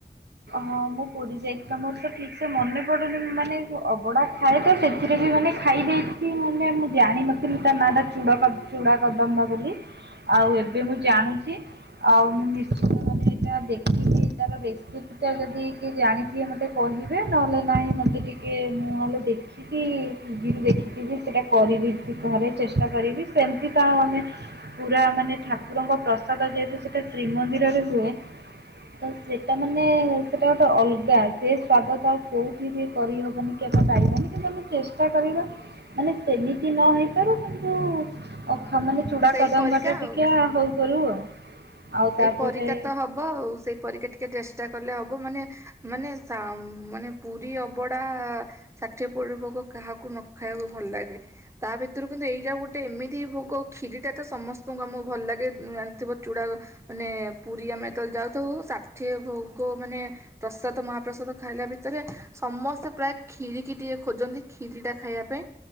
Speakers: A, on the right (about 75°); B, on the right (about 15°).
A: ହଁ ମୁଁ ପୁରୀ ଯାଇଚି ତ ମୋର ତ ଠିକସେ ମନେ ପଡୁନି ମାନେ ଅବଡା ଖାଏତ ସେଥିରେ ବି ମାନେ ଖାଇ ଦେଇଥିବି ମାନେ ମୁଁ ଜାଣିିନଥିଲି ତା ନାଟା ଚୁଡ଼ାକ ଚୁଡା କଦମ୍ବା ବୋଲି ଆଉ ଏବେ ମୁଁ ଜାଣୁଛି ଆଉ ମୁଁ ନିଶ୍ଚିନ୍ତ ମାନେ ସେଇଟା ଦେଖିବି ତାର ରେସିି ପିଟା ଯଦି କିଏ ଜାଣିଥିବେ ମତେ କହିବେ ନହେଲେ ନାହିଁ ମତେ ଟିକେ ମୁଁ ନହଲେ ଦେଖି ଦେଖିକି ଟିଭିରୁ ଦେଖିକି ବି ସେଟା କରିବି ଘରେ ଚେଷ୍ଟା କରିବି ସେମିତି ତ ଆଉ ଆମେ ପୁରା ମାନେ ଠାକୁରଙ୍କ ପ୍ରସାଦ ଯେହେତୁ ସେଟା ଶ୍ରୀମନ୍ଦିରରେ ହୁଏ ତ ସେଟା ମ ମାନେ ସେଟା ଗୋଟେ ଅଲଗା ସେ ସ୍ଵାଦଟା ଆଉ କୋଉଠି ବି କରିହବନି କି ଆମେ ପାରିବାନି। କିନ୍ତୁ ଆମେ ଚେଷ୍ଟା କରିବା ମାନେ ସେମିତି ନ ହେଇପାରୁ କିନ୍ତୁ ଅଖା ମାନେ ଚୁଡ଼ା
B: ସେଇ
A: କଦମ୍ବାଟା
B: ପରିକା
A: ଟିକେ
B: ଆଉ।
A: ହଉ କରିବୁ ଆଉ। ଆଉ
B: ସେଇ
A: ତାପରେ
B: ପରିକା ତ ହବ ଆଉ ସେଇ ପରିକା ଟିକେ ଚେଷ୍ଟା କଲେ ହବ ମାନେ ମାନେ ସା ମାନେ ପୁରୀ ଅବଡା ଷାଠିଏ ପଉଟି ଭୋଗ କାହାକୁ ନ ଖାଇବାକୁ ଭଲ ଲାଗେ। ତା ଭିତରୁ କିନ୍ତୁ ଏଇଟା ଗୋଟେ ଏମିତି ଭୋଗ କ୍ଷୀରିଟା ତ ସମସ୍ତଙ୍କୁ ଆମକୁ ଭଲ ଲାଗେ ଜଣିଥିବ ଚୁଡା ମାନେ ପୁରୀ ଆମେ ଯେତେଳେ ଯାଉଥାଉୁ ଷାଠିଏ ଭୋଗ ମାନେ ପ୍ରସାଦ ମହାପ୍ରସାଦ ଖାଇଲା ଭିତରେ ସମସ୍ତେ ପ୍ରାୟ ଖ୍ଷୀରିକି ଟିକେ ଖୋଜନ୍ତି ଖ୍ଷିରିଟା ଖାଇବା ପାଇଁ।